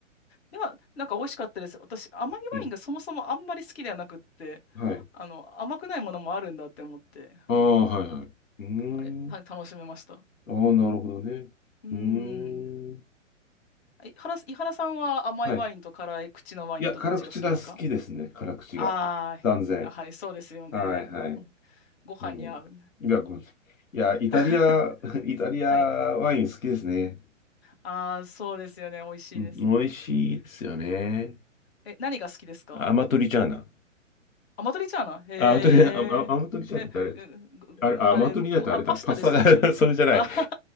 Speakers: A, on the left; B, on the left.
A: いや、なんか美味しかったです。私、甘いワインがそもそもあんまり好きではなくって、
B: うん。はい。
A: あの、甘くないものもあるんだって思って、
B: ああ、はいはい。うーん。
A: あれた、楽しめました。
B: ああ、なるほどね。
A: うー
B: うーん。
A: ん。井原、井原さんは甘いワインと辛い口のワインだとどっちが好きですか
B: はい。いや、辛口が好きですね。辛口が。
A: ああー、
B: 断然。
A: やはりそうですよね。
B: はいはい。
A: うんご飯に合う。
B: うん。いや、ごめんいや、イタリア、
A: <laughs>
B: <laughs> イタリアワイン好きですね。
A: はい。ああ、そうですよね。美味しいです。
B: うん、美味しいですよね。
A: え、何が好きですか
B: アマトリチャーナ。
A: アマトリチャーナへえ。
B: あ、アマトリだ、あ、あアマトリじゃなくてあれ、
A: え、ごごあれ、
B: あれ、あアマトリだとあれだ、
A: ご、ごあ、パスタですよね。
B: パスタだ、<laughs> それじゃない。
A: <laughs> あは